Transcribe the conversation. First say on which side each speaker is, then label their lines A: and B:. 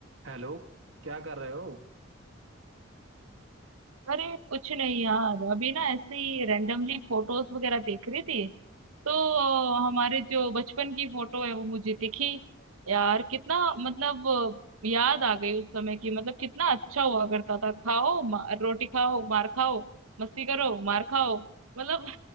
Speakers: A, on the right; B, on the right.
A: हेलो क्या कर रहे हो
B: अरे कुछ नहीं यार अभी ना ऐसे ही रैंडमली फोटोज वगैरह देख रही थी तो हमारे जो बचपन की फोटो है वो मुझे दिखी यार कितना मतलब याद आ गई उस समय की मतलब कितना अच्छा हुआ करता था खाओ मा, रोटी खाओ मार खाओ मस्ती करो मार खाओ मतलब <laughs>